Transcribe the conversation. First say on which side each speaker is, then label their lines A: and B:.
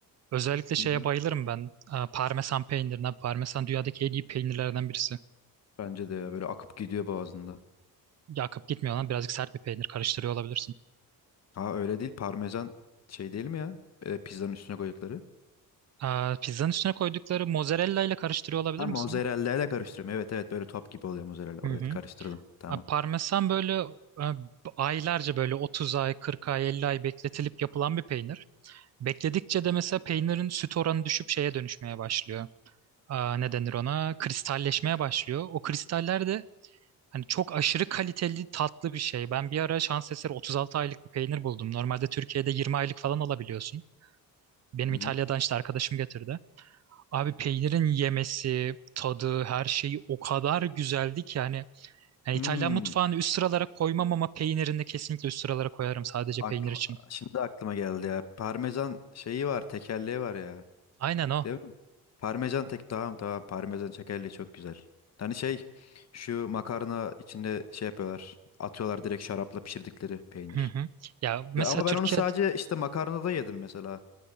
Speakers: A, on the right; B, on the left.
A: Özellikle şeye
B: Hı hı.
A: bayılırım ben. Aa, Parmesan peynirine. Parmesan dünyadaki en iyi peynirlerden birisi.
B: Bence de ya böyle akıp gidiyor boğazında.
A: Yakıp gitmiyor lan birazcık sert bir peynir karıştırıyor olabilirsin.
B: Ha öyle değil parmesan şey değil mi ya? E, pizzanın üstüne koydukları.
A: Aa, pizzanın üstüne koydukları mozzarella ile karıştırıyor olabilir
B: Ha
A: misin?
B: mozzarella ile karıştırıyorum. Evet evet böyle top gibi oluyor mozzarella.
A: Hı hı.
B: Evet karıştırdım. Tamam.
A: Aa, parmesan böyle e, aylarca böyle 30 ay, 40 ay, 50 ay bekletilip yapılan bir peynir. Bekledikçe de mesela peynirin süt oranı düşüp şeye dönüşmeye başlıyor. Aa, ne denir ona? Kristalleşmeye başlıyor. O kristaller de hani çok aşırı kaliteli tatlı bir şey. Ben bir ara şans eseri 36 aylık bir peynir buldum. Normalde Türkiye'de 20 aylık falan alabiliyorsun. Benim
B: Hı
A: İtalya'dan
B: hı.
A: işte arkadaşım getirdi. Abi peynirin yemesi, tadı, her şeyi o kadar güzeldi ki yani, yani
B: Hmm,
A: İtalyan mutfağını üst sıralara koymam ama peynirini kesinlikle üst sıralara koyarım sadece
B: aklıma,
A: peynir için.
B: şimdi aklıma geldi ya. Parmesan şeyi var tekerleği var ya.
A: Aynen o.
B: Değil mi? Parmesan tek tamam tamam parmesan tekerleği çok güzel. Hani şey şu makarna içinde şey yapıyorlar. Atıyorlar direkt şarapla pişirdikleri peynir.
A: Hı hı. Ya mesela
B: Ve- Ama
A: Türkiye
B: ben onu sadece işte makarnada yedim mesela.